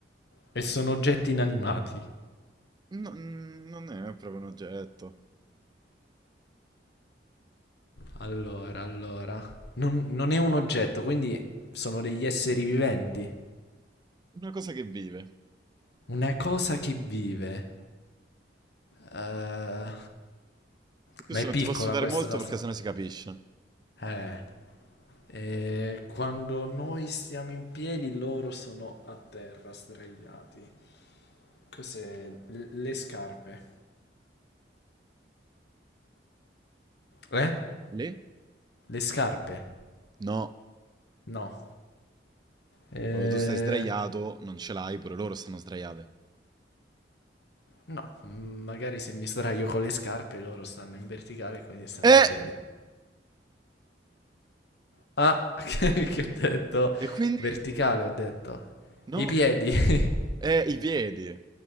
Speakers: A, on the left; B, on the right.
A: E sono oggetti inanimati.
B: No, mm, non è proprio un oggetto,
A: Allora, allora. Non, non è un oggetto, quindi sono degli esseri viventi.
B: è una cosa che vive.
A: Una cosa che vive. Eh,
B: Su Questo
A: ma è
B: non
A: piccola
B: ti posso aiutare
A: questa
B: molto
A: cosa.
B: perché sennò si capisce.
A: Eh. Eh, quando noi stiamo in piedi, loro sono a terra, sdraiati. Cos'è? L- le scarpe. Eh?
B: Le?
A: Le scarpe?
B: No,
A: No. Eh,
B: quando tu stai sdraiato non ce l'hai, pure loro stanno sdraiate.
A: No, mm, magari se mi sdraio con le scarpe loro stanno in verticale, quindi stanno
B: Eh!
A: in piedi. Ah, <laughs> che, che ho detto?
B: E quindi?
A: Verticale ho detto.
B: No,
A: I piedi. <laughs>
B: è i piedi.